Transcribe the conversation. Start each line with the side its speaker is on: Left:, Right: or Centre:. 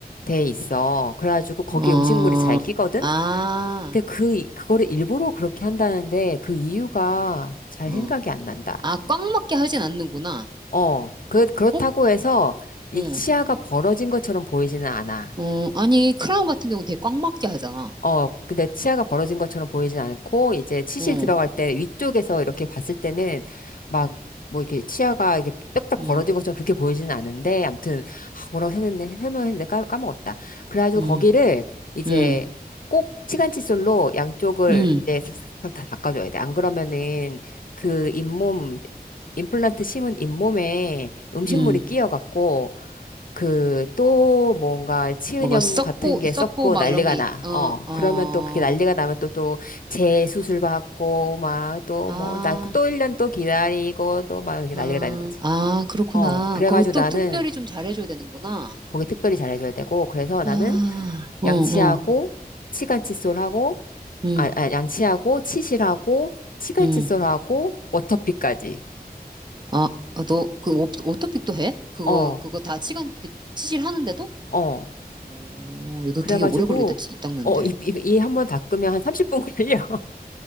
Left: 돼 있어. 그래가지고 거기
Right: 음. 어,
Left: 음식물이 잘 끼거든.
Right: 아,
Left: 근데 그, 그거를 일부러 그렇게 한다는데 그 이유가 잘
Right: 어.
Left: 생각이 안 난다.
Right: 아, 꽉 맞게 하진 않는구나.
Left: 어, 그, 그렇다고
Right: 어?
Left: 해서 이
Right: 어,
Left: 치아가 벌어진 것처럼 보이지는 않아.
Right: 어. 아니, 크라운 같은 경우 되게 꽉 맞게 하잖아.
Left: 어, 근데 치아가 벌어진 것처럼 보이진 않고, 이제 치실
Right: 어,
Left: 들어갈 때 위쪽에서 이렇게 봤을 때는 막, 뭐 이렇게 치아가 이렇게 딱딱
Right: 음,
Left: 벌어진 것처럼 그렇게 보이지는 않은데, 암튼, 아, 뭐라고 설명했네, 설명했는데 까, 까먹었다. 그래가지고
Right: 음,
Left: 거기를 이제
Right: 음,
Left: 꼭 치간칫솔로 양쪽을
Right: 음,
Left: 이제 싹싹싹 다 닦아줘야 돼. 안 그러면은 그 잇몸, 임플란트 심은 잇몸에 음식물이
Right: 음.
Left: 끼어갖고, 그 또 뭔가 치은염
Right: 뭐가 썩고
Left: 같은 게
Right: 썩고
Left: 썩고
Right: 막
Left: 난리가
Right: 이런 게 있-
Left: 나.
Right: 어,
Left: 어,
Right: 어.
Left: 그러면 또 그게 난리가 나면 또 또 재수술 받고 막 또
Right: 아,
Left: 뭐 나 또 1년 또 기다리고 또 막 이렇게
Right: 아,
Left: 난리가 나는 거지.
Right: 아, 그렇구나.
Left: 어, 그래가지고
Right: 거기 또
Left: 나는
Right: 특별히 좀 잘해줘야 되는구나.
Left: 거기 특별히 잘해줘야 되고 그래서 나는
Right: 아, 어,
Left: 양치하고
Right: 어,
Left: 치간칫솔하고
Right: 응,
Left: 아, 아 양치하고 치실하고 치간칫솔하고
Right: 응.
Left: 워터피까지.
Right: 아, 아, 너, 그, 오, 오토픽도 해? 그거,
Left: 어,
Right: 그거 다 시간, 그, 치질 하는데도?
Left: 어.
Right: 어, 야, 너
Left: 그래가지고
Right: 되게 오래 걸리겠다, 치- 이 닦는데.
Left: 어, 이, 이, 이 한 번 닦으면 한 30분 걸려.